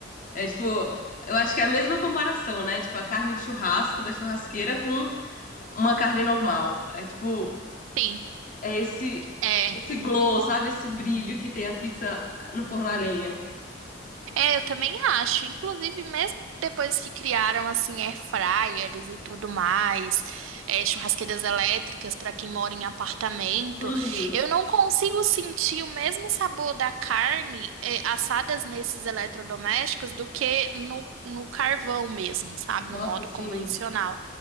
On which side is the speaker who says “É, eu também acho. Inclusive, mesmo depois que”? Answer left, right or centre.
Right